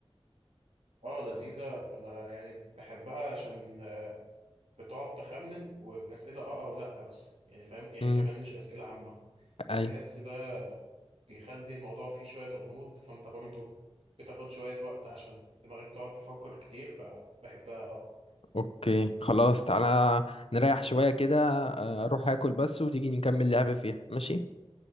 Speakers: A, on the right; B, on the left.
A: اه لذيذة انا يعني بحبها عشان آه، بتقعد تخمن وبأسئلة اه او لا بس يعني فاهم يعني
B: مم.
A: كمان مش أسئلة عامة
B: ايوه
A: فبحس بيخلي الموضوع فيه شوية غموض فأنت برضو بتاخد شوية وقت عشان دماغك تقعد تفكر كتير فبحبها اه
B: اوكي خلاص تعالى نريح شوية كده أه، اروح اكل بس وتيجي نكمل لعب فيها ماشي